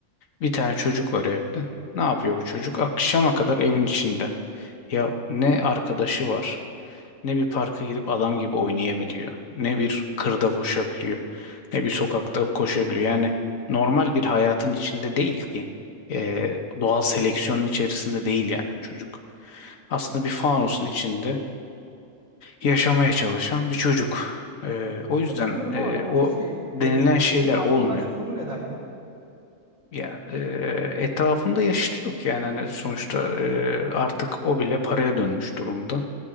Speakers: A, on the left (about 85°); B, on the right (about 65°).
A: bir tane çocuk var evde. Ne yapıyor bu çocuk? Akşama kadar evin içinde. Ya ne arkadaşı var? ne bir parka gidip adam gibi oynayabiliyor, ne bir kırda koşabiliyor, ne bir sokakta koşabiliyor. Yani normal bir hayatın içinde değil ki. Ee, doğal seleksiyonun içerisinde değil yani bu çocuk. Aslında bir fanusun içinde yaşamaya çalışan bir çocuk. Ee, o yüzden
B: Hatırlıyorum
A: e,
B: ama peki
A: o
B: şey
A: denilen
B: e, çocuğun
A: şeyler
B: arkadaş
A: olmuyor.
B: durumu neden yok?
A: Ya e, etrafında yaşıtı yok yani hani sonuçta e, artık o bile paraya dönmüş durumda.